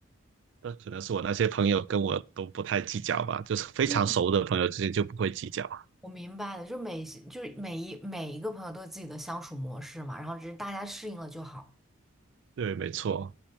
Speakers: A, on the right; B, in the centre.
A: 那可能是我那些朋友跟我都不太计较吧，就是非常熟的朋友之间就不会计较。
B: 嗯，我明白了，就每就是每一每一个朋友都有自己的相处模式嘛，然后只是大家适应了就好。
A: 对，没错。